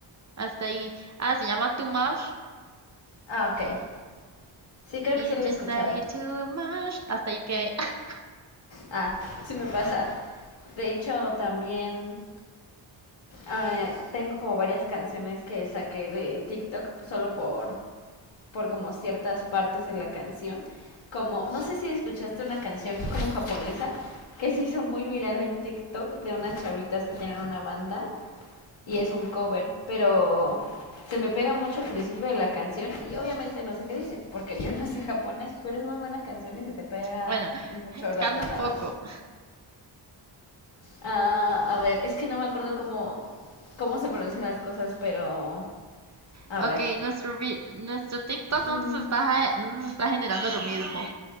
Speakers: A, on the right; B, on the left.
A: Hasta ahí. Ah, se llama Too Much.
B: Ah, ok. Sí, creo
A: If
B: que sí lo he
A: you
B: escuchado.
A: say too much. Hasta ahí que. <laughs>
B: Ah, sí me pasa. De hecho, también eh, tengo como varias canciones que saqué de TikTok solo por, por como ciertas partes de la canción. Como, no sé si escuchaste una canción como japonesa que se hizo muy viral en TikTok de unas chavitas que tienen una banda y es un cover, pero se me pega mucho el principio de la canción y obviamente no sé qué dice, porque yo no sé japonés, pero es muy buena canción y se te pega
A: Bueno,
B: mucho la
A: canto
B: tonada.
A: un poco.
B: Ah, a ver, es que no me acuerdo cómo, cómo se pronuncian las cosas, pero A
A: Ok,
B: ver.
A: nuestro, reel- nuestro TikTok no
B: Mm,
A: nos está, ja- no nos está generando lo mismo.